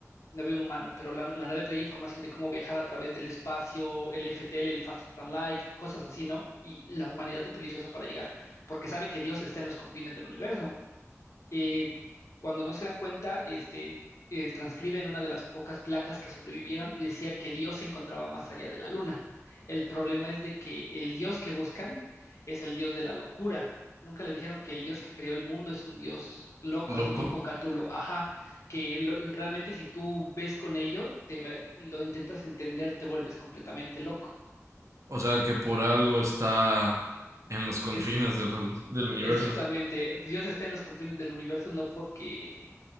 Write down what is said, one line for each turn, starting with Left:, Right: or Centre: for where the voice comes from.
Left: no había un humano, pero la, la nave traía información de cómo viajar a través del espacio, el FTL, el Faster Than Light, cosas así, ¿no? Y la humanidad utilizó eso para llegar, porque sabe que Dios está en los confines del universo eh, cuando no se dan cuenta, este, eh, transcriben una de las pocas placas que sobrevivieron y decía que Dios se encontraba más allá de la luna. El problema es de que el Dios que buscan es el Dios de la locura. Nunca le dijeron que el Dios que creó el mundo es un Dios loco,
Right: ¿Loco?
Left: así tipo Cátulo, ajá, que lo- realmente si tú ves con ello, te va- lo intentas entender, te vuelves completamente loco.
Right: O sea, que por algo está en los confines
Left: Es
Right: de los- del universo.
Left: exactamente, Dios está en los confines del universo, no porque